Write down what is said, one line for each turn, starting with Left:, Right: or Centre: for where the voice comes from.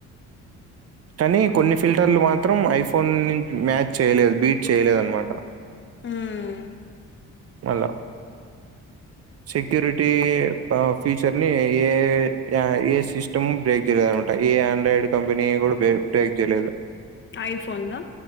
Right: కానీ కొన్ని ఫిల్టర్లు మాత్రం ఐఫోన్ <unintelligible> మ్యాచ్ చేయలేదు బీట్ చేయలేదు అనమాట
Left: ఉమ్
Right: అల సక్యూరిటీ ఫీచర్ ని ఏ ఏ సిస్టమ్ బ్రే అనమాట ఏ ఆండ్రాయిడ్ కంపెనీ కూడ బే బ్రేక్ చేయలేదు
Left: ఐఫోన్ ద